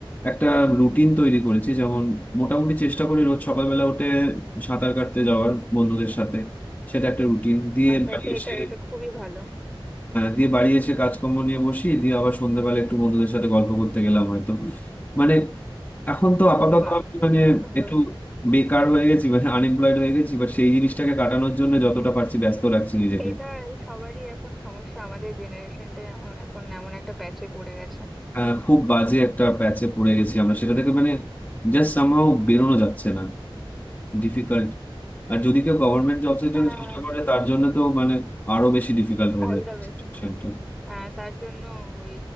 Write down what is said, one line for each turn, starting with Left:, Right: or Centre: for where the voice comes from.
Left: একটা রুটিন তৈরি করেছি যেমন মোটামুটি চেষ্টা করি রোজ সকালবেলা উঠে সাঁতার কাটতে যাওয়ার বন্ধুদের সাথে সেটা একটা রুটিন দিয়ে
Centre: আচ্ছা
Left: বাড়ি
Centre: আচ্ছা
Left: এসে
Centre: এটা এটা খুবই ভালো
Left: দিয়ে বাড়ি এসে কাজকর্ম নিয়ে বসি দিয়ে আবার সন্ধ্যেবেলা একটু বন্ধুদের সাথে গল্প করতে গেলাম হয়তো মানে এখন তো আপাতত
Centre: বাহ
Left: আমি মানে
Centre: খুব সুন্দর
Left: একটু বেকার হয়ে গেছি মানে আনএমপ্লয়েড হয়ে গেছি বাট সেই জিনিসটাকে কাটানোর জন্য যতটা পারছি ব্যস্ত রাখছি নিজেকে
Centre: এটা সবারই এখন সমস্যা আমাদের জেনারেশনটাই এমন এখন এমন একটা প্যাচে পড়ে গেছে
Left: আহ, খুব বাজে একটা প্যাচে পড়ে গেছি আমরা সেটা থেকে মানে জাস্ট সামহাও বেরোনো যাচ্ছে না ডিফিকাল্ট আর যদি কেউ গভর্নমেন্ট জবস এর
Centre: হ্যাঁ
Left: জন্য চেষ্টা করে তার জন্য তো মানে আরো বেশি ডিফিকাল্ট হয়ে
Centre: All
Left: যাচ্ছে
Centre: the best
Left: situation টা।
Centre: হ্যাঁ তার জন্য ওই